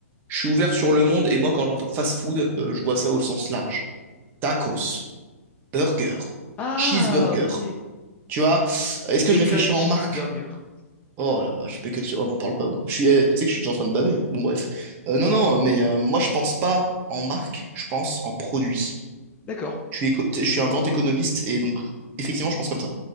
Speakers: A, on the right (about 25°); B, on the left (about 15°).
A: je suis ouvert sur le monde, et moi, quand j'entends fast food, euh, je vois ça au sens large. Tacos, burger,
B: Ah,
A: cheeseburger,
B: ok.
A: tu vois. Est-ce que
B: Bacon
A: je réfléchis
B: cheeseburger.
A: en marque? Oh là je fais que te dire, oh, m'en parle pas. Je suis, eh, tu sais que je suis déjà en train de baver. hein. Bon, bref. Euh, non, non, mais euh, moi, je pense pas en marque, je pense en produit.
B: D'accord.
A: Je suis, éco- je suis un grand économiste, et donc, effectivement, je pense comme ça.